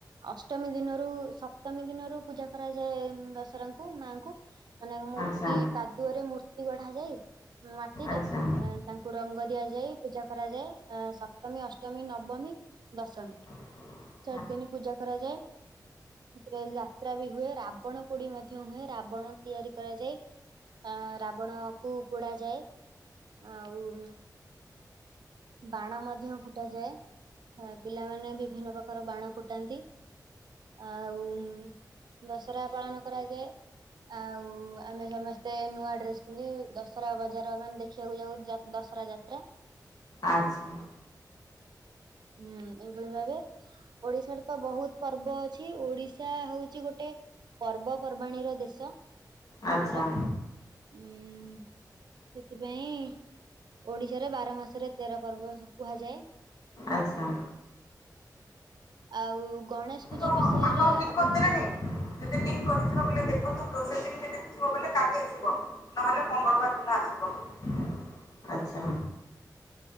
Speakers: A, on the right (about 80°); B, on the left (about 60°).
A: ଅଷ୍ଟମୀ ଦିନରୁ ସପ୍ତମୀ ଦିନରୁ ପୂଜା କରାଯାଏ ଉଁ, ଦଶହରାଙ୍କୁ ମାଙ୍କୁ। ମାନେ ମୂର୍ତ୍ତି
B: ଆଚ୍ଛା ଆଚ୍ଛା
A: କାଦୁଅରେ ମୂର୍ତ୍ତି ଗଢା ଯାଇ ମାଟିରେ।
B: ଆଚ୍ଛା ଆଚ୍ଛା ଆଚ୍ଛା ଆଚ୍ଛା ଆଚ୍ଛା
A: ଅ, ତାଙ୍କୁ ରଙ୍ଗ ଦିଆଯାଇ ପୂଜା କରାଯାଏ, ଅ, ସପ୍ତମୀ, ଅଷ୍ଟମୀ, ନବମୀ ଦଶମୀ।
B: <unintelligible>
A: ଚାରଦିନି ପୂଜା କରାଯାଏ, ସେଥିରେ ଯାତ୍ରା ବି ହୁଏ, ରା ବଣ ପୋଡ଼ି ମଧ୍ୟ ହୁଏ, ରାବଣ ତିଆରି କରାଯାଏ ଅ, ରାବଣକୁ ପୋଡ଼ାଯାଏ। ଆଉ ଉଁ, ବାଣ ମଧ୍ୟ ଫୁଟ ଯାଏ। ହୋ ପିଲାମାନେ ବିଭିନ୍ନ ପ୍ରକାର ବାଣ ଫୁଟାନ୍ତି। ଆଉ ଉଁ, ଦଶହରା ପାଳନ କରାଯାଏ। ଆଉ ଆମେ ସମସ୍ତେ ନୂଆ ଡ୍ରେସ୍ ପିନ୍ଧି ଦଶହରା ବଜାର ମାନେ ଦେ ଖିବାକୁ ଯାଉ ଯ- ଦଶହରା ଯାତ୍ରା।
B: ଆଚ୍ଛା।
A: ହୁଁ, ଏଇଭଳି ଭାବେ ଓଡିଶାରେ ତ ବହୁତ ପର୍ବ ଅଛି। ଓଡିଶା ହଉଛି ଗୋଟେ ପର୍ବପର୍ବାଣୀର ଦେଶ
B: ଆଚ୍ଛା ଆଚ୍ଛା
A: ଆମର, ଉଁ, ସେଥିପାଇଁ ଓଡିଶାରେ ବାର ମାସରେ ତେର ପର୍ବ କୁହାଯାଏ।
B: ଆଚ୍ଛା।
A: ଆଉ ଗଣେଶ ପୂଜା
B: ତ
A: ବିଷୟରେ
B: ଆକାଉଣ୍ଟ ଲିଙ୍କ୍
A: ଆପଣ
B: କରିଦେଲେଣି
A: କିଛି କୁହନ୍ତୁ।
B: ଯଦି ଲିଙ୍କ୍ କରିଥିବ ପିଲେ ଦେଖତ ପ୍ରୋସେସିଂ ସେଟା। ପୁଅ କହିଲେ କାଲି ଆସିବ, ନହେଲେ ମଙ୍ଗଳବାର ଦିନ ଆସିବ।